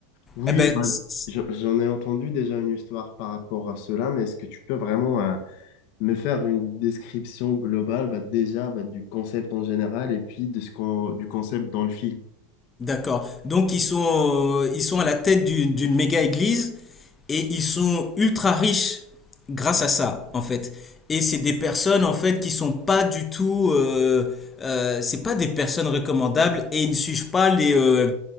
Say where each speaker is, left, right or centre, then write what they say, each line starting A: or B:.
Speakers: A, on the left; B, on the left.
A: Oui,
B: Eh ben,
A: bah,
B: c- c-
A: je- j'en ai entendu déjà une histoire par rapport à cela, mais est-ce que tu peux vraiment euh, me faire une description globale bah, déjà bah, du concept en général et puis de ce qu'on, du concept dans le film?
B: d'accord. Donc ils sont, euh, ils sont à la tête d'une d'une méga église et ils sont ultra riches grâce à ça en fait. Et c'est des personnes en fait qui sont pas du tout, euh, euh, c'est pas des personnes recommandables et ils ne suivent pas les, euh,